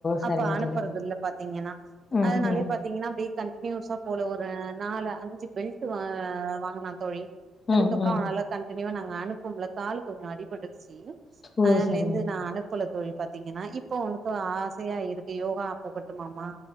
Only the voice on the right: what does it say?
அப்ப அனுப்புறதில்ல
பாத்திங்கன்னா
அதனாலயே
பாத்திங்கன்னா அப்டி கன் னியூசா போல ஒரு நாலு அஞ்சு பெல்ட் வா வாங்குனா தோழி
அதுக்கப்புற
அவனால கண்டினியூவா நாங்க அனுப்ப முல்ல காலு கொஞ்ச அடிபட்ருச்சி
அதுல
இருந்து நா அனுப்புல தோழி பாத்திங்கன்னா இப்ப அவனுக்கு ஆசையா இருக் கு யோகா போகட்டுமா மா